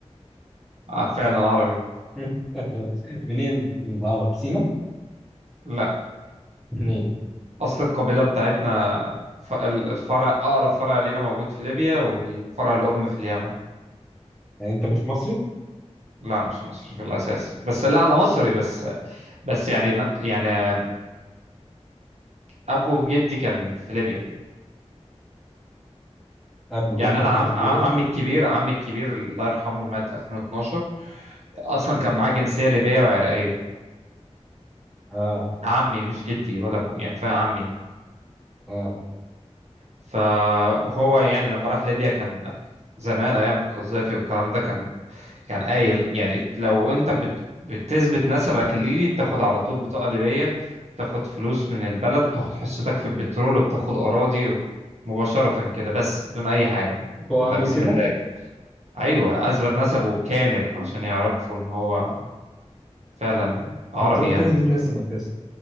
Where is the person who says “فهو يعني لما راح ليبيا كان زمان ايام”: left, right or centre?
Right